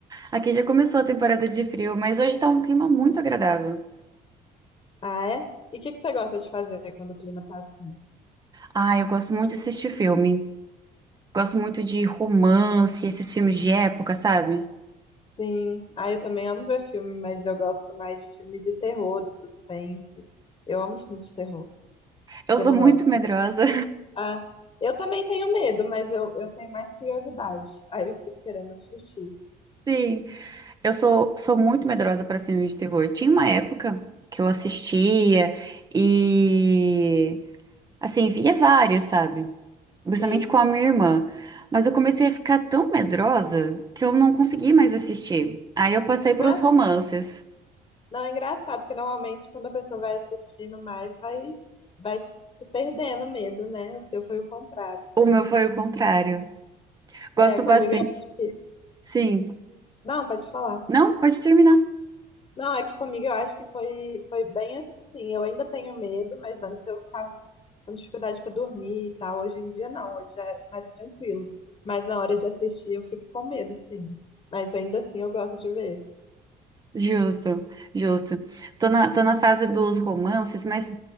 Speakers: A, on the right; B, on the left.
A: aqui já começou a temporada de frio, mas hoje tá um clima muito agradável.
B: Ah, é? E o que que você gosta de fazer quando o clima tá assim?
A: Ah, eu gosto muito de assistir filme. Gosto muito de romance, esses filmes de época, sabe?
B: Sim, ah, eu também amo ver filme, mas eu gosto mais de filme de terror, de suspense. Eu amo filme de terror.
A: Eu
B: Você
A: sou
B: não
A: muito
B: gosta?
A: medrosa.
B: não? Ah, eu também tenho medo, mas eu, eu tenho mais curiosidade. Aí eu fico querendo assistir.
A: <laughs> Sim, eu sou, sou muito medrosa pra filmes de terror. Tinha uma época que eu assistia e, assim, via vários, sabe? Principalmente
B: Sim.
A: com a minha irmã. Mas eu comecei a ficar tão medrosa que eu não consegui mais assistir. Aí eu passei pros
B: Mas,
A: romances.
B: não, é engraçado, porque normalmente quando a pessoa vai assistindo mais, vai, vai perdendo medo, né? O seu foi o contrário. Então.
A: O meu foi o contrário. Gosto
B: É, comigo
A: bastante.
B: eu acho que.
A: Sim.
B: Não, pode falar.
A: Não, pode terminar.
B: Não, é que comigo eu acho que foi, foi bem assim. Eu ainda tenho medo, mas antes eu ficava com dificuldade para dormir e tal. Hoje em dia não, hoje é mais tranquilo. Mas na hora de assistir eu fico com medo, sim. Mas ainda assim eu gosto de ver.
A: Justo, justo. Tô na, tô na fase dos romances, mas